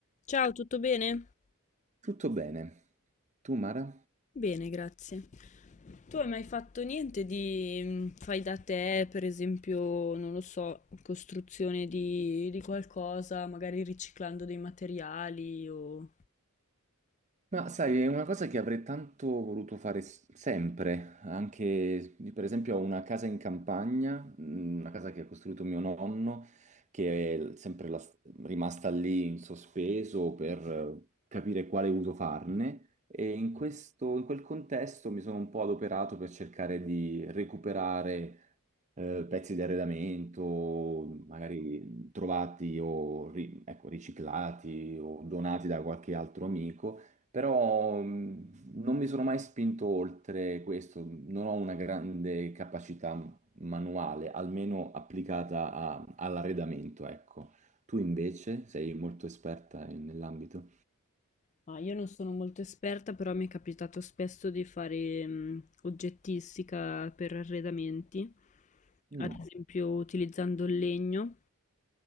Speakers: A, on the left; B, on the right.
A: Ciao, tutto bene?
B: Tutto bene. Tu, Mara?
A: Bene, grazie. Tu hai mai fatto niente di mm, fai da te, per esempio, non lo so, costruzione di, di qualcosa, magari riciclando dei materiali o...
B: Ma sai, è una cosa che avrei tanto voluto fare s- sempre, anche io, per esempio ho una casa in campagna, mh, una casa che ha costruito mio nonno, che è sempre la- rimasta lì in sospeso per eh, capire quale uso farne e in questo, in quel contesto mi sono un po' adoperato per cercare di recuperare eh, pezzi di arredamento, magari trovati o ri- ecco, riciclati o donati da qualche altro amico, però mh, non mi sono mai spinto oltre questo, non ho una grande capacità manuale, almeno applicata a- all'arredamento, ecco. Tu invece sei molto esperta in- nell'ambito?
A: Ma io non sono molto esperta, però mi è capitato spesso di fare mm, oggettistica per arredamenti,
B: Mm,
A: ad esempio utilizzando il legno.